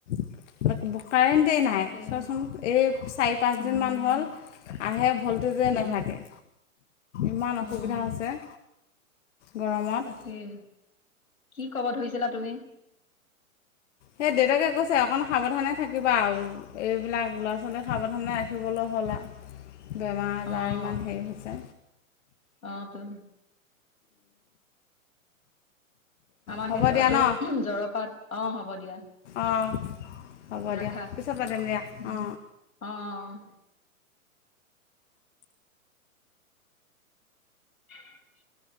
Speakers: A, on the left (about 60°); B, on the left (about 85°).
A: <unintelligible> কাৰেণ্টেই নাই
B: তাকে
A: চোৱাচোন এই চাৰি পাঁচ
B: উম
A: দিন মান হ'ল আহে ভল্টেজে
B: উম
A: নাথাকে। ইমান
B: অ',
A: অসুবিধা হৈছে। গৰমত।
B: তাকেই কি ক'ব ধৰিছিলা তুমি?
A: সেই দেউতাকে কৈছে অকণ সাৱধানে থাকিবা আৰু, এইবিলাক ল'ৰা ছোৱালীয়েক সাৱধানে ৰাখিবলৈ <unintelligible> আজাৰ
B: অ',
A: ইমান হেৰি হৈছে
B: অতো। আমাৰ
A: হ'ব
B: সেই ল'ৰাটো,
A: দিয়া ন
B: জ্বৰৰ পৰা, অ, হ'ব দিয়া।
A: অঁ হ'ব
B: ৰাখা।
A: দিয়া, পিছত পাতিম দিয়া,
B: উম,
A: অ,
B: অ', অ'। <unintelligible>